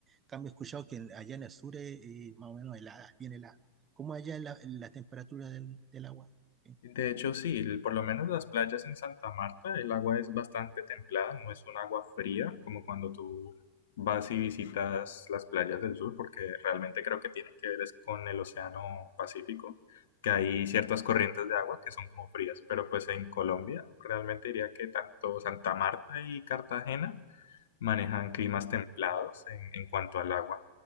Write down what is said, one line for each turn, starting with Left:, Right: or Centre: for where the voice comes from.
Right: Cambio, he escuchado que en- allá en el sur es, eh, más o menos helada, bien helada. ¿Cómo allá la, la temperatura del, del agua? Eh,
Left: De hecho, sí, el- por lo menos las playas en Santa Marta, el agua es bastante templada, no es un agua fría como cuando tú vas y visitas las playas del sur, porque realmente creo que tiene que ver es con el Océano Pacífico, que hay ciertas corrientes de agua que son como frías, pero pues en Colombia realmente diría que tanto Santa Marta y Cartagena manejan climas templados en, en cuanto al agua.